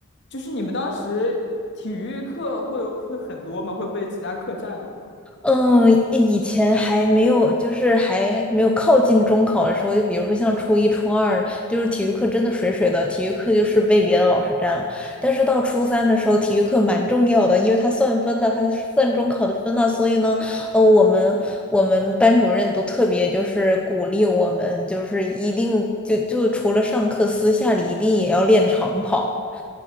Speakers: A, on the left (about 55°); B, in the centre.
A: 就是你们当时体育课会有会很多吗？会被其他课占的吗？
B: 嗯，以前还没有，就是还没有靠近中考的时候，就比如说像初一、初二，就是体育课真的水水的，体育课就是被别的老师占了。但是到初三的时候，体育课蛮重要的，因为它算分的，它算中考的分的。所以呢，呃，我们我们班主任都特别就是鼓励我们，就是一定就就除了上课，私下里一定也要练长跑。